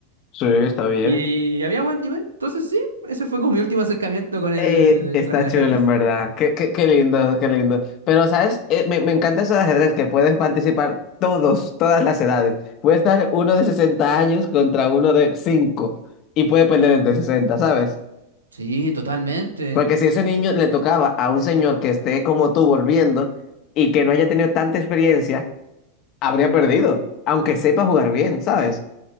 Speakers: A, on the left (about 45°); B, on the right (about 85°).
A: Sí, está bien.
B: Y, había buen nivel. Entonces sí, ese fue como mi último acercamiento con el,
A: Eh, está
B: con el ajedrez.
A: chulo, en verdad. Qué, qué, qué lindo, qué lindo. Pero, ¿sabes? Eh, me, me encanta eso de ajedrez, que pueden participar todos, todas las edades. Puede estar uno de 60 años contra uno de 5 y puede perder el de 60, ¿sabes?
B: Sí, totalmente.
A: Porque si ese niño le tocaba a un señor que esté como tú volviendo y que no haya tenido tanta experiencia, habría perdido, aunque sepa jugar bien, ¿sabes?